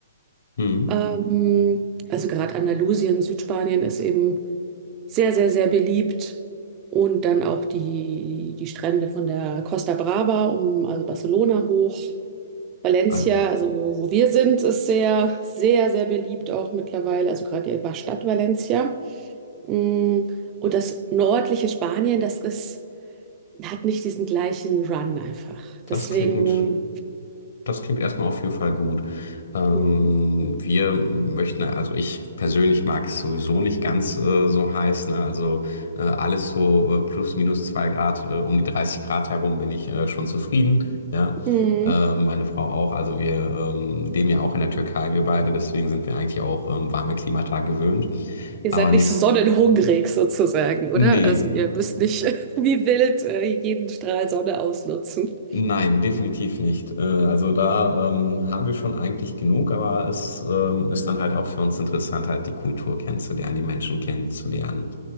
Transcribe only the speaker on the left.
mhm.
Also,
das
klingt. Das klingt erstmal auf jeden Fall gut. Ähm,
wir möchten, also ich persönlich mag es sowieso nicht ganz äh, so heiß, ne? Also äh, alles so äh, plus minus zwei Grad, äh, um die 30 Grad herum bin ich äh, schon zufrieden, ja.
Ähm, meine Frau auch. Also wir ähm, leben ja auch in der Türkei, wir beide, deswegen sind wir eigentlich auch ähm, warme Klimata gewöhnt.
Aber
nicht,
nee.
Nein, definitiv nicht. Äh, Also da ähm, haben wir schon eigentlich genug, aber es ähm, ist dann halt auch für uns interessant, halt die Kultur kennenzulernen, die Menschen kennenzulernen,